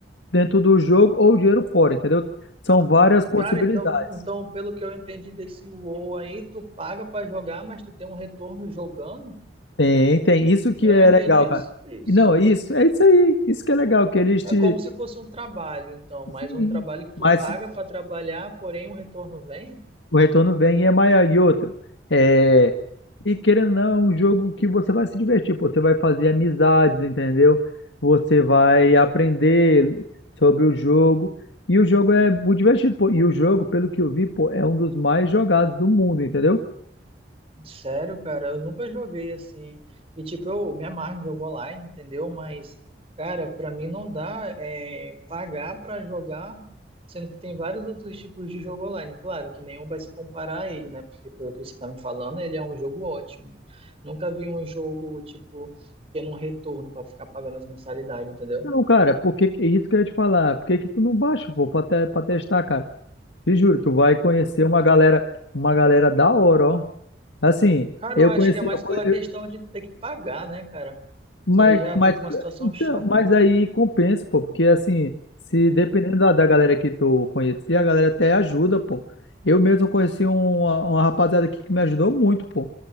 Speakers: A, on the left (about 85°); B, on the right (about 30°).
A: dentro do jogo ou dinheiro fora, entendeu? São várias
B: Não.
A: possibilidades.
B: Cara, então, então, pelo que eu entendi desse WoW aí, tu paga para jogar, mas tu tem um retorno jogando?
A: Tem, tem. Isso que
B: Eu
A: é
B: entendi
A: legal, cara.
B: isso? Isso.
A: E Não, isso, é isso aí. Isso que é legal, que eles
B: É
A: te.
B: como se fosse um trabalho, então, mas
A: Sim,
B: um trabalho que tu
A: mas
B: paga para trabalhar, porém o retorno vem?
A: o retorno vem e é maior. E outra, é, e querendo ou não, é um jogo que você vai se divertir, pô. Você vai fazer amizades, entendeu? Você vai aprender sobre o jogo. E o jogo é muito divertido, pô. E o jogo, pelo que eu vi, pô, é um dos mais jogados do mundo, entendeu?
B: Sério, cara, eu nunca joguei assim. E tipo, eu me amarro em jogo online, entendeu? Mas, cara, para mim não dá é, pagar para jogar, sendo que tem vários outros tipos de jogo online. Claro que nenhum vai se comparar a ele, né? Porque pelo que você tá me falando, ele é um jogo ótimo. Nunca vi um jogo, tipo, tendo um retorno para ficar pagando as mensalidades, entendeu?
A: Não, cara, por que, que- isso que eu ia te falar? Por que que tu não baixa, pô, pra, te- pra testar, cara? Te juro, tu vai conhecer uma galera, uma galera da hora, ó. Assim,
B: Cara,
A: eu
B: eu acho
A: conheci,
B: que é mais
A: eu conhe-
B: pela
A: eu-
B: questão de ter que pagar, né, cara?
A: mas,
B: Isso aí já
A: mas,
B: fica uma situação
A: então,
B: chata.
A: mas aí compensa, pô, porque assim, se dependendo da, da galera que tu conhecer, a galera até ajuda, pô. Eu mesmo conheci um, uma, uma rapaziada aqui que me ajudou muito, pô.